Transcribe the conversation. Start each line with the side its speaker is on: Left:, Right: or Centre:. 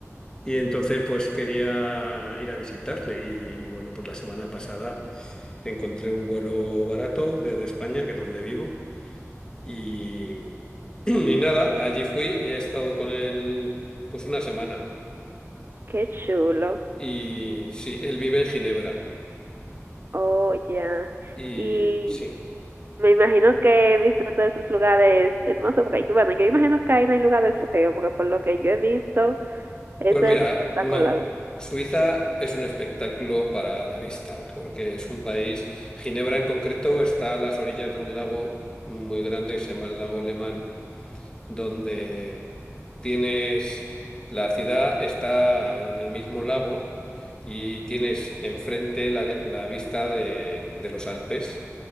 Left: Y entonces pues quería ir a visitarle y, y, bueno, pues la semana pasada encontré un vuelo barato desde España, que es donde vivo, y, <clears throat> y nada, allí fui y he estado con él pues una semana.
Right: qué chulo.
Left: Y sí, él vive en Ginebra.
Right: Oh, ya.
Left: Y
Right: Y
Left: sí,
Right: me imagino que he visto todos esos lugares hermosos, porque yo- bueno, yo imagino que ahí no hay lugares feos, porque por lo que yo he visto, eso
Left: pues mira,
Right: es espectacular.
Left: no, Suiza es un espectáculo para la vista, porque es un país, Ginebra en concreto está a las orillas de un lago muy grande que se llama el lago Lemán. donde tienes la ciudad está en el mismo lago y tienes enfrente la, la vista de, de los Alpes